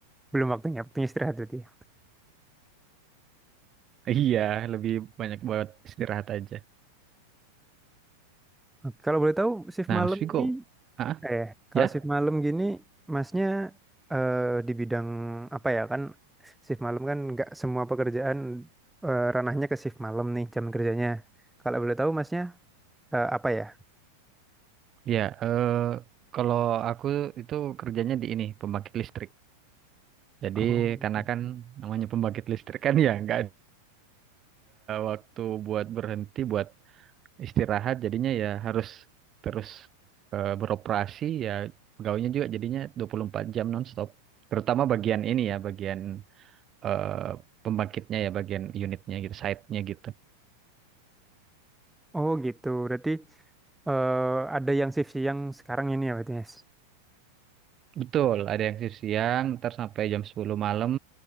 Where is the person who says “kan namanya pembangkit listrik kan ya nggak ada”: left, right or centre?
Right